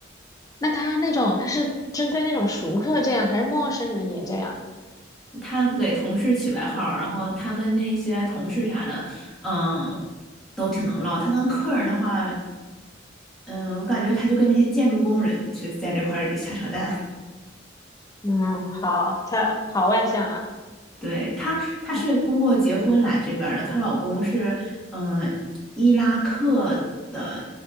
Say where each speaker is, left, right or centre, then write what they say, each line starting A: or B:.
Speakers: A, on the left (about 20°); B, in the centre.
A: 那他那种，他是针对那种熟客这样，还是陌生人也这样？
B: 他给同事起外号儿然后他跟那些同事啥的，嗯，都挺能唠。他跟客人的话，嗯，我感觉他就跟那些建筑工人就在这块儿瞎扯淡。
A: 嗯，好，他好外向啊，
B: 对，她，她是通过结婚来这边儿的，
A: 他
B: 她老公是嗯、呃伊拉克的